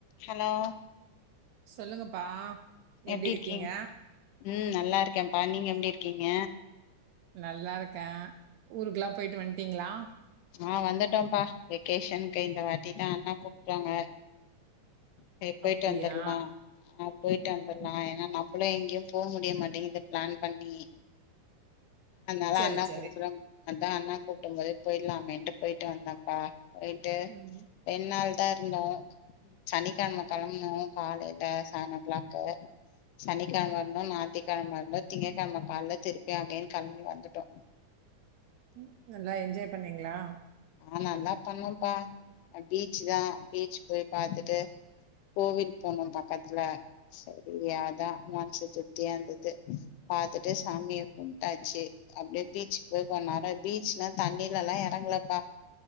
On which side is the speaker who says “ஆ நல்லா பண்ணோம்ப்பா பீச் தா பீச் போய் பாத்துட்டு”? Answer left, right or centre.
Left